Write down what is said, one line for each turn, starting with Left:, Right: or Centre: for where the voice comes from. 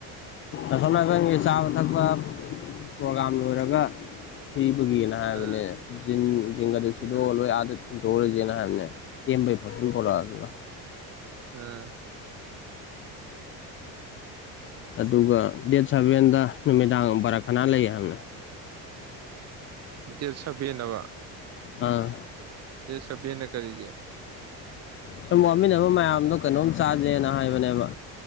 Left: ꯑꯁꯣ ꯅꯥꯀꯟꯒꯤ ꯆꯥꯕ ꯊꯛꯄ ꯄ꯭ꯔꯣꯒꯥꯝ ꯂꯣꯏꯔꯒ ꯁꯤ ꯑꯗꯨꯒꯤꯅ ꯍꯥꯏꯕꯅꯦ
Right: ꯑ
Left: ꯖꯤꯟ ꯑꯗꯨ ꯁꯤꯂꯣ
Right: ꯑ
Left: ꯂꯣꯏ ꯑꯥꯗ ꯊꯤꯟꯗꯣꯛꯎꯔꯁꯦꯅ ꯍꯥꯏꯕꯅꯦ ꯇꯦꯟꯕꯩ ꯄꯣꯔꯁꯟ ꯄꯨꯔꯛꯑ ꯑꯗꯨꯒ
Right: ꯑꯝ
Left: ꯑꯗꯨꯒ ꯗꯦꯠ ꯁꯚꯦꯟꯗ ꯅꯨꯃꯤꯗꯥꯡ ꯚꯔꯥ ꯀꯅꯥ ꯂꯩ ꯍꯥꯏꯕꯅꯦ
Right: ꯗꯦꯠ ꯁꯕꯦꯟ ꯍꯥꯏꯕꯥ
Left: ꯑꯥ
Right: ꯑꯦ ꯁꯕꯤꯅ ꯀꯔꯤꯒꯦ
Left: ꯁꯨꯝ ꯋꯥꯃꯤꯟꯅꯕ ꯃꯌꯥꯝꯗꯣ ꯀꯩꯅꯣꯝ ꯆꯥꯖꯦꯅ ꯍꯥꯏꯕꯅꯦꯕ